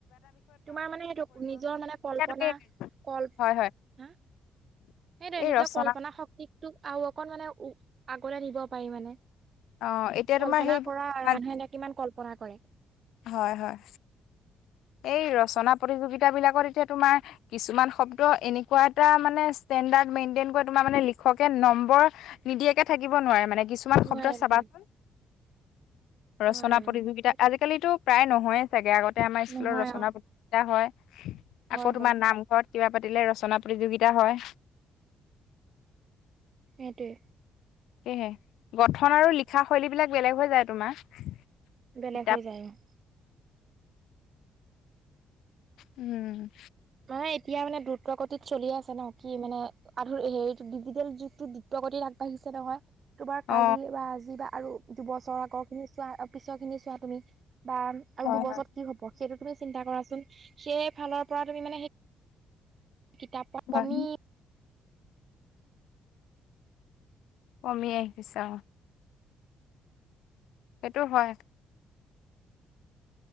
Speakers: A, on the right (about 45°); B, on the left (about 80°).
A: তোমাৰ মানে সেইটো নিজৰ মানে কল্পনা,
B: এতিয়া তুমি
A: কল-হা?
B: হয় হয়
A: সেইটোৱে
B: এই
A: নিজৰ
B: ৰচনা
A: কল্পনা শক্তিটোক আৰু অকণ মানে আগলে নিব পাৰি মানে।
B: অ এতিয়া তোমাৰ
A: কল্পনা
B: সেই
A: কৰা আৰু,
B: মানে
A: মানুহে এটাই কিমান কল্পনা কৰে।
B: হয়, হয়। এই ৰচনা প্ৰতিযোগিতাবিলাকত এতিয়া তোমাৰ কিছুমান শব্দ এনেকুৱা এটা মানে ষ্টেণ্ডাৰ্ড মেইনটেইন কৰে, তোমাৰ মানে লিখকে নম্বৰ নিদিয়াকে থাকিব নোৱাৰে মানে। কিছুমান শব্দ
A: নোৱাৰে
B: চাবাচোন,
A: নোৱাৰে
B: ৰচনা
A: নোৱাৰে
B: প্ৰতিযোগিতা
A: অ সেইটো
B: আজি প্ৰায় নহয়ে চাগে, আগতে আমাৰ স্কুলত
A: নহয়
B: ৰচনা
A: অ
B: প্ৰতিযোগীতা হয়।
A: হয়
B: আকৌ তোমাৰ
A: হয়
B: নামঘৰত কিবা পাতিলে ৰচনা প্ৰতিযোগিতা হয়।
A: সেইটোৱে।
B: সেয়েহে, গঠন আৰু লিখা শৈলীবিলাক বেলেগ হৈ যায় তোমাৰ।
A: বেলেগ
B: কিতাপ
A: হৈ যায়। অ'।
B: উম।
A: তই এতিয়া মানে দ্ৰুতগতিত চলি আছ নহয় কি মানে, আধ--হেৰি ডিজিটেল যুগতো দ্ৰুতগতিত আগবাঢ়িছে নহয়। তোমাৰ
B: অ
A: কালি বা আজি বা আৰু দুবছৰৰ আগৰখিনি চোৱা আৰু পিছৰখিনি চোৱা তুমি। বা আৰু
B: হয়
A: দুবছৰত কি হ'ব, সেইটো তুমি চিন্তা কৰাচোন, সেই ফালৰ পৰা তুমি মানে সেই কিতাপ-পত্ৰ
B: হয়
A: <unintelligible>
B: কমি আহিছে। অ'। সেইটো হয়।